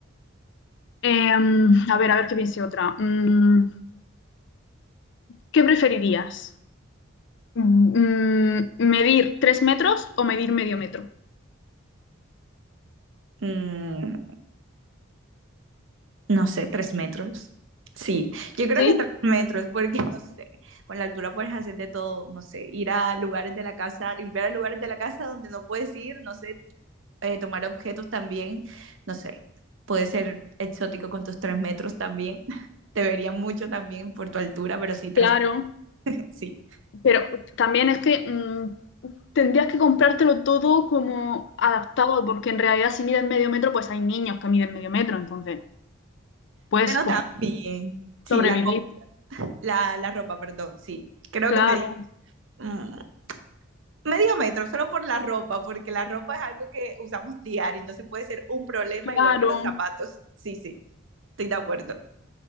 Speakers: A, on the left (about 60°); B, on the right (about 65°).
A: Em, a ver, a ver qué piense otra. Mm, ¿qué preferirías? Mm, ¿medir tres metros o medir medio metro?
B: Mm, no sé, tres metros. Sí, yo creo
A: Sí,
B: que tres metros, porque <laughs> no sé, con la altura puedes hacer de todo, no sé, ir a lugares de la casa, limpiar lugares de la casa donde no puedes ir, no sé, eh, tomar objetos también, no sé, puede ser exótico con tus tres metros también, <laughs> te vería mucho también por tu altura, pero sí, tres,
A: claro.
B: sí.
A: Pero también es que mm, tendrías que comprártelo todo como adaptado, porque en realidad, si mides medio metro, pues hay niños que miden medio metro, entonces puedes
B: Bueno,
A: como
B: también. Sí,
A: sobrevivir.
B: la, co- la, la ropa, perdón, sí. Creo
A: Claro,
B: que medio, mm, medio metro, solo por la ropa, porque la ropa es algo que usamos diario, entonces puede ser un problema
A: claro.
B: igual que los zapatos. Sí, sí, estoy de acuerdo.